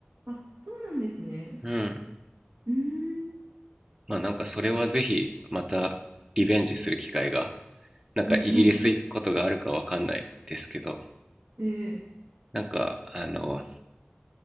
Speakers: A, on the right; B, on the right.
A: あ、そうなんですね。
B: うん、
A: うん。
B: まあなんかそれはぜひまたリベンジする機会が
A: ーん。
B: なんかイギリス行くことがあるかわかんないですけど
A: うんはい。ええ
B: なんか、あの、